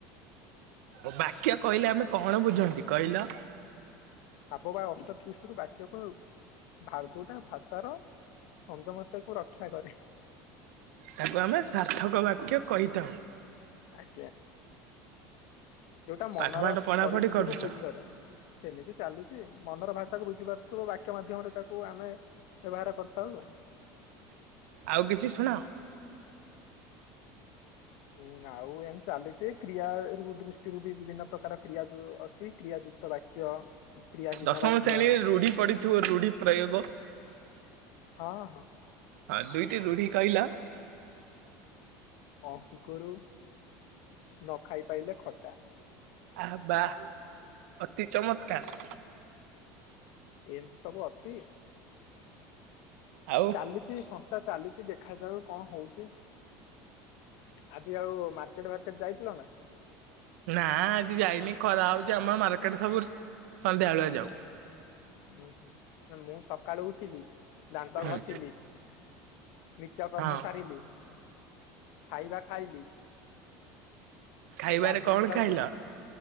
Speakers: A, on the right (about 80°); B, on the left (about 70°).
A: ଓ ବାକ୍ୟ କହିଲେ -ଆମେ କଣ ବୁଝନ୍ତି କହିଲ?
B: ଆବ ବା ଅଷ୍ଟ ତ୍ଵିସ୍ତୁରୁ ବାକ୍ଯକୁ ଭାବ୍‌ ଯୋଉଟା ଭାଷାର ସଂଯମତେ କୁ ରକ୍ଷା କରେ।
A: ତାକୁ ଆମେ ସାର୍ଥକ ବାକ୍ୟ କହିଥାଉ।
B: ଆଜ୍ଞା, ଯୋଉଟା ମନର
A: ପାଠ ଫାଠ ପଢାପଢି
B: ପରିସ୍ଥିତି
A: କରୁଛ
B: କୁ ବୁଝି କରେ। ସେମିତି ଚାଲିଛି, ମନର ଭାଷାକୁ ବୁଝିପାରୁଥିବୁ ବାକ୍ୟ ମାଧ୍ୟମରେ ତାକୁ ଆମେ ବ୍ୟବହାର କରିଥାଉ।
A: ଆଉ କିଛି ଶୁଣାଅ?
B: <unintelligible> ଆଉ ଏନ ଚାଲିଚି କ୍ରିୟା ରୁ ଦୃଷ୍ଟିରୁ ବି ବିଭିନ୍ନ ପ୍ରକାର କ୍ରିୟା ଯୋଉ ଅଛି। କ୍ରିୟା ଯୁକ୍ତ ବାକ୍ୟ। କ୍ରିୟାହୀନ
A: ଦଶମ
B: ବାକ୍ୟ
A: ଶ୍ରେଣୀରେ ରୁଢି ପଡିଥିବ ରୁଢି ପ୍ରୟୋଗ?
B: ହଁ ହଁ।
A: ହଁ ଦୁଇଟି ରୁଢି କଇଲ?
B: ଅନ୍ସୀକୁରୁ ନ ଖାଇ ପାଇଲେ ଖଟା।
A: ଆହା ବା ଅତି ଚମତ୍କାର।
B: ଏମତି ସବୁ ଅଛି।
A: ଆଉ
B: ଚାଲି ଚି ସଂସ୍ଥା ଚାଲିଚି ଦେଖାଯାଉ କଣ ହୋଉଚି। ଆଜି ଆଉ ମାର୍କେଟ ଫାର୍କେଟ ଯାଇଥିଲ ନା?
A: ନା ଆଜି ଯାଇନି ଖରା ହୋଉଚି। ଆମର ମାର୍କେଟ ସବୁର ସନ୍ଧ୍ୟାଓଳିଆ ଯାଉ।
B: ହୁଁ ହୁଁ। ମାନେ ମୁଁ ସକାଳୁ ଉଠିଲି। ଦାନ୍ତ
A: ହୁଁ
B: ଘଷିଲି, ନିତ୍ୟ କର୍ମ
A: ହଁ
B: ସାରିଲି। ଖାଇବା ଖାଇଲିି।
A: ଖାଇବାରେ
B: ଗାଧେଇ
A: କଣ
B: ଗଲି,
A: ଖାଇଲ?